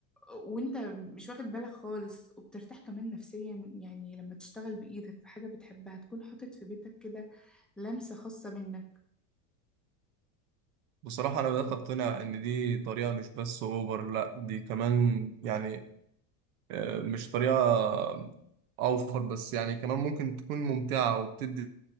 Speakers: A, in the centre; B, on the right.
A: وانت مش واخد بالك خالص وبترتاح كمان نفسيا يعني لما تشتغل بإيدك في حاجة بتحبها تكون حاطط في بيتك كده لمسة خاصة منك
B: بصراحه انا بدات اقتنع ان دي طريقه مش بس اوفر لا دي كمان يعني آه، مش طريقة أوفر بس يعني كمان ممكن تكون ممتعة وبتدي